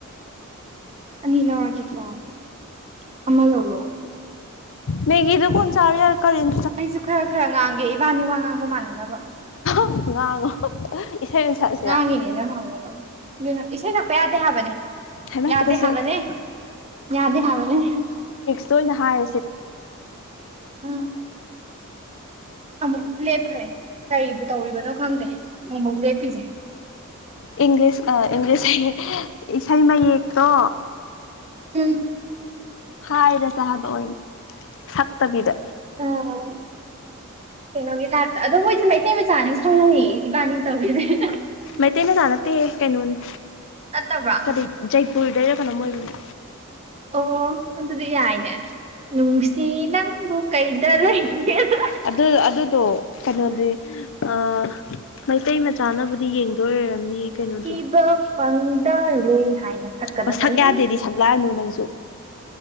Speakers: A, on the right; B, on the left.
A: ꯑꯅꯤ ꯂꯧꯔꯒꯦꯀꯣ ꯑꯃꯥ ꯂꯧꯔꯣ
B: ꯃꯦꯒꯤ ꯗꯨ ꯀꯣꯟ ꯆꯥꯔꯦ ꯌꯥꯔꯦ ꯀꯔꯤꯟ
A: ꯑꯩꯁꯨ ꯈꯔ ꯈꯔ ꯉꯥꯡꯒꯦ ꯏꯕꯥꯅꯤ ꯋꯥ ꯉꯥꯡꯕ ꯃꯥꯟꯅꯅꯕ
B: <unintelligible> ꯉꯥꯡꯉꯣ ꯏꯁꯩ ꯑꯣꯏꯅ ꯁꯛꯑꯁꯤꯔ
A: ꯉꯥꯡꯉꯤꯅꯦꯅ ꯉꯥꯡꯉ ꯑꯗꯨꯅ ꯏꯁꯩ ꯁꯛꯄ ꯌꯥꯗꯦ ꯍꯥꯏꯕꯅꯦ
B: ꯍꯩꯃꯥ
A: ꯌꯥꯗꯦ
B: ꯇꯨꯀꯠꯆꯩ
A: ꯍꯥꯏꯕꯅꯦ ꯌꯥꯗꯦ ꯍꯥꯏꯕꯅꯦ ꯍꯦ
B: ꯇꯣꯏꯅ ꯍꯥꯏꯔꯁꯦ
A: ꯎꯝ ꯑꯃꯨꯛ ꯂꯦꯞꯈ꯭ꯔꯦ ꯀꯔꯤꯕꯨ ꯇꯧꯔꯤꯕꯅꯣ ꯈꯪꯗꯦ ꯑꯃꯨꯃꯨꯛ ꯂꯦꯞꯄꯤꯁꯦ
B: ꯏꯪꯂꯤꯁ ꯑ ꯏꯪꯂꯤꯁ ꯍꯌꯦ ꯏꯁꯩ ꯃꯌꯦꯛꯇꯣ
A: ꯎꯝ
B: ꯍꯥꯏꯔꯁꯦ ꯍꯥꯢꯕ ꯑꯣꯏꯅ ꯁꯛꯇꯕꯤꯗ
A: ꯎꯝ ꯀꯩꯅꯣꯒꯤ ꯇꯥꯏꯞꯇ ꯑꯗꯣ ꯃꯣꯏꯁꯦ ꯃꯩꯇꯩ ꯃꯆꯥꯅꯤ ꯈꯪꯅꯤꯡ ꯏꯕꯥꯅꯤ ꯇꯧꯔꯤꯁꯦ
B: ꯃꯩꯇꯩ ꯃꯆꯥ ꯅꯠꯇꯦꯍꯦ ꯀꯩꯅꯣꯅꯤ
A: ꯅꯠꯇꯕ꯭ꯔꯣ
B: ꯀꯔꯤ ꯖꯩꯄꯨꯔꯗꯩꯔ ꯀꯩꯅꯣꯝ ꯑꯣꯏꯕꯅꯦ
A: ꯑꯣ ꯑꯗꯨꯗꯤ ꯌꯥꯏꯅꯦ ꯅꯨꯡꯁꯤ ꯅꯪꯕꯨ ꯀꯩꯗ ꯂꯩꯒꯦ <unintelligible>
B: ꯑꯗꯨ ꯑꯗꯨꯗꯣ ꯀꯩꯅꯣꯗꯤ ꯑ ꯃꯩꯇꯩ ꯃꯆꯥꯅꯕꯨꯗꯤ ꯌꯦꯡꯗꯣꯏ ꯑꯣꯏꯔꯝꯅꯤ ꯀꯩꯅꯣꯗꯨ
A: ꯊꯤꯕ ꯐꯪꯗꯥꯔꯦ ꯍꯥꯏꯅ ꯁꯛꯀꯗꯕꯅꯤ
B: ꯑꯣ ꯁꯛ ꯌꯥꯗꯦꯗꯤ ꯁꯛꯂꯥꯛꯑꯅꯨ ꯅꯪꯁꯨ